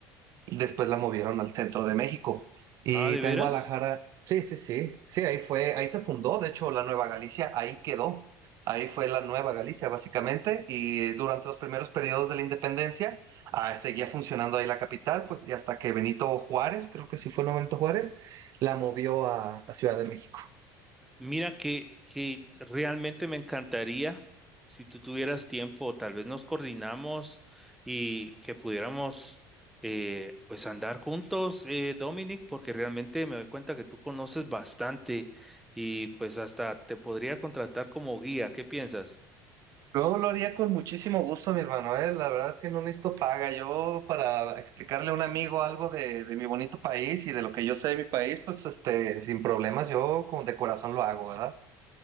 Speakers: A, on the right; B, in the centre.
A: Después la movieron al centro de México. Y
B: Ah, ¿de
A: está
B: veras?
A: en Guadalajara. Sí, sí, sí. Sí, ahí fue, ahí se fundó, de hecho, la Nueva Galicia, ahí quedó. Ahí fue la Nueva Galicia, básicamente. Y durante los primeros periodos de la independencia, ah, seguía funcionando ahí la capital, pues, y hasta que Benito Juárez, creo que sí fue el Benito Juárez, la movió a a Ciudad de México.
B: Mira que, que realmente me encantaría si tú tuvieras tiempo, tal vez nos coordinamos y que pudiéramos eh, pues andar juntos, eh, Dominic, porque realmente me doy cuenta que tú conoces bastante y pues hasta te podría contratar como guía. ¿Qué piensas?
A: Yo lo haría con muchísimo gusto, mi hermano, ¿eh? La verdad es que no necesito paga. Yo, para explicarle a un amigo algo de, de mi bonito país y de lo que yo sé de mi país, pues, este, sin problemas, yo con de corazón lo hago, ¿verdad?